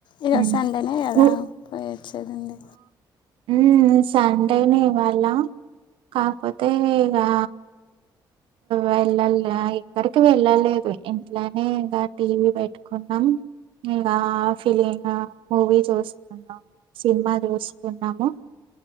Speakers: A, on the left; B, on the right.
A: ఇక
B: హ్మ్.
A: సండేనే కదా
B: ను
A: పోయది చడంండి
B: ఉ సండేనే ఇవాాల కాకపోతే ఇగా వెళ్ళాల ఇక్కడికి వెళ్ళలేదు ఇంట్లోనే ఇంకా టీవీ పెట్టుకున్నాం ఇంకా ఫిలినా మూవీ చూస్తున్నాం సినిమా చూసుకున్నాము